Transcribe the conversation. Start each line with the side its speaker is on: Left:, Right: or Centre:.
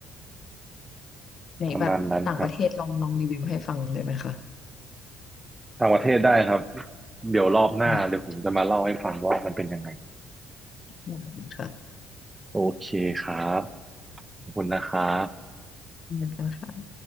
Left: ในแบบต่างประเทศลองลองรีวิวให้ฟังได้ไหมคะ
Right: ประมาณนั้นครับต่างประเทศได้ครับเดี๋ยวรอบหน้าเดี๋ยวผมจะมาเล่าให้ฟังว่ามันเป็นยังไง
Left: ได้ได้ค่ะ
Right: <laughs> โอเคครับขอบคุณนะครับ
Left: ขอบคุณคะ